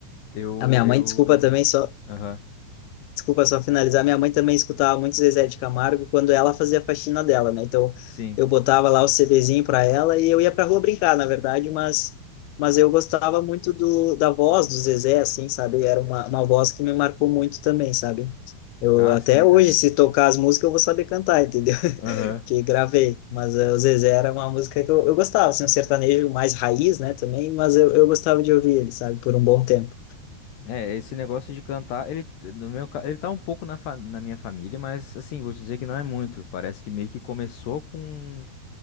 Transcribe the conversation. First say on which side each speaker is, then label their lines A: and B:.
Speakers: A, on the left (about 65°); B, on the left (about 80°).
A: Eu
B: a minha
A: eu
B: mãe, desculpa também, só
A: Aham.
B: Desculpa só finalizar. Minha mãe também escutava muito Zezé de Camargo quando ela fazia a faxina dela, né? Então
A: Sim.
B: eu botava lá o CDzinho para ela e eu ia para rua brincar, na verdade, mas mas eu gostava muito do da voz do Zezé, assim, sabe? Era uma, uma voz que me marcou muito também, sabe? Eu
A: Ah,
B: até
A: sim, cara.
B: hoje, se tocar as músicas, eu vou saber cantar, entendeu?
A: Aham.
B: <laughs> Que gravei. Mas eh, o Zezé era uma música que eu, eu gostava, assim, um sertanejo mais raiz, né, também, mas eu, eu gostava de ouvir ele, sabe, por um bom tempo.
A: É, esse negócio de cantar, ele no meu, ca- ele tá um pouco na, fa- na minha família, mas assim, vou te dizer que não é muito. Parece que meio que começou com